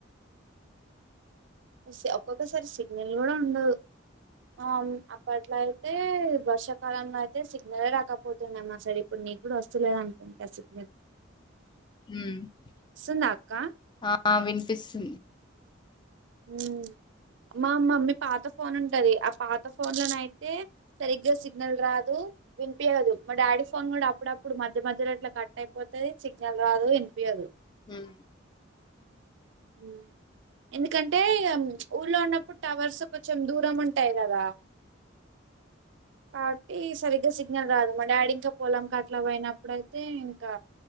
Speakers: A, on the right; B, on the left.
A: ఒస్ ఒక్కొక్కసారి సిగ్నల్ గూడా ఉండదు. ఆ అవున్ అప్పట్లో అయితే వర్షాకాలంలో అయితే సిగ్నలే రాకపోతుండే మా సైడ్ ఎప్పుడు. నీక్ గూడా వస్తలేద్ అనుకుంట సిగ్నల్.
B: ఊ
A: వస్తుందా అక్క
B: ఆ వినిపిస్తుంది.
A: హ్మూ మా మమ్మీ పాత ఫోన్ ఉంటది ఆ పాత ఫోన్ లోన అయితే సరిగ్గా సిగ్నల్ రాదు. తె వినిపియ్యదు. మా డాడీ ఫోన్ గూడా అప్పుడప్పుడు మధ్య మధ్యలో అట్ల కట్ అయిపోతది సిగ్నల్ రాదు ఇన్పియ్యదు.
B: హ్ము
A: ఊ ఎందుకంటే ఇగా అం ప్చ్ ఊర్లో ఉన్నప్పుడు టవర్సు కొంచెం దూరం ఉంటాయి గదా. కాబట్టి సరిగ్గా సిగ్నల్ రాదు మా డాడీ ఇంకా పొలం కా అట్లా పోయినప్పుడయితే ఇంకా